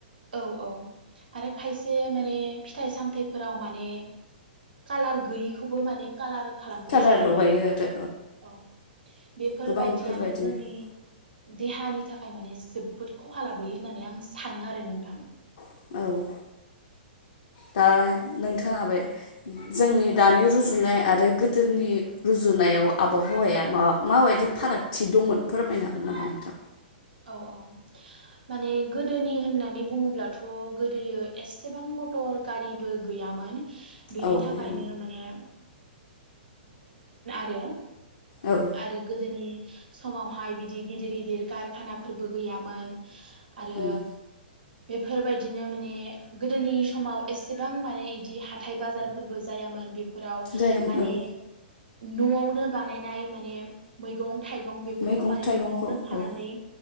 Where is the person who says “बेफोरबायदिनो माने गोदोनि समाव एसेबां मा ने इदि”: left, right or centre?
Right